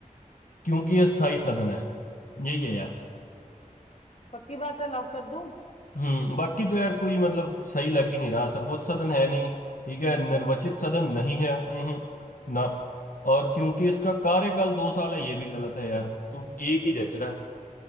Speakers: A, on the left; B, on the left.
A: क्योंकि ये स्थायी साधन है यही है यार
B: पक्की बात है लॉक कर दूं
A: हम्म बाकी तो यार कोई मतलब सही लग ही नहीं रहा सर्वोच्च सदन है नहीं ठीक है निर्वाचित सदन नहीं है हम्म ना और क्योंकि इसका कार्यकाल दो साल है ये भी गलत है यार तो एक ही
B: हम्म,
A: जच रहा है